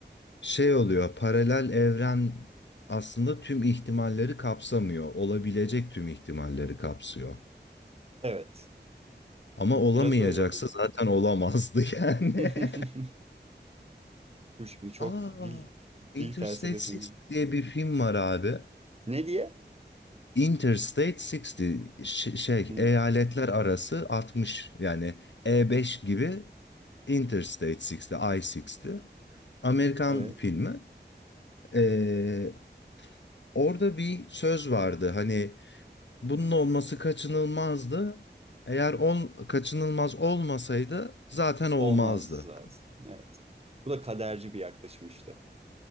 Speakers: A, on the left (about 75°); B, on the right (about 35°).
A: şey oluyor. Paralel evren aslında tüm ihtimalleri kapsamıyor. Olabilecek tüm ihtimalleri kapsıyor.
B: Evet.
A: Ama olamayacaksa
B: Biraz öyle oluyor.
A: zaten olamazdı yani.
B: <laughs>
A: <laughs>
B: Dur şimdi çok
A: Aa,
B: dil
A: Interstate
B: dil felsefesine girdik.
A: 60 diye bir film var abi.
B: Ne diye?
A: Interstate 60 ş- şey
B: Hı,
A: eyaletler arası 60 yani E5 gibi Interstate 60 I-60 Amerikan
B: evet.
A: filmi. Ee, orada bir söz vardı hani bunun olması kaçınılmazdı. Eğer on, kaçınılmaz olmasaydı zaten olmazdı.
B: Olmaz lazım. Evet. Bu da kaderci bir yaklaşım işte.